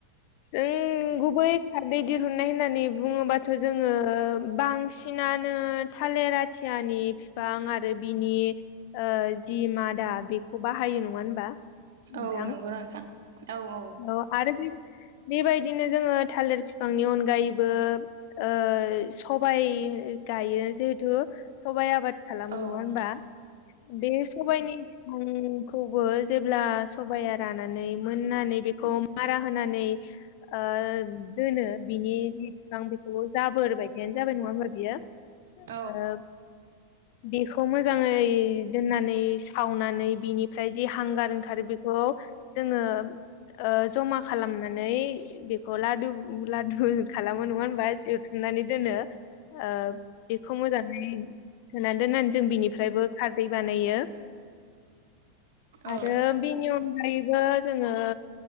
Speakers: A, on the left; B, on the right.
A: ओम गुबै खारदै दिहुननाय होननानै बुङोबाथ' जोङो बांसिन बांसिनानो थालिर आथियानि बिफां आरो बिनि ओ जि मादा बेखौ बाहायो नङा होनबा। नोंथां
B: औ नंगौ नोंथां औ औ
A: औ आरो बेबायदिनो जोङो थालिर बिफांनि अनगायैबो ओ सबाइ गायो जिहेथु सबाइ आबाद खालामो
B: औ ओं
A: नङा होनबा बे सबाइनि ओम खौबो जेब्ला सबाया रानानै नानै बेखौ मारा होनानै ओ दोनो बिनि जि बिफां बेखौ जाबोर बायदियानो जाबाय नङा होमबा बियो।
B: औ
A: ओ बेखौ मोजाङै दोननानै सावनानै बिनिफ्राय जि हांगार ओंखारो बेखौ जोङो ओ जमा खालामनानै बेखौ लादु लादु खालामो नङा होनबा जवथुमनानै दोनो। ओ बेखौ मोजाङै सानै दोननानै जों बिनिफ्रायबो खारदै बानायो। आरो
B: औ
A: बेनि अनगायैबो जोङो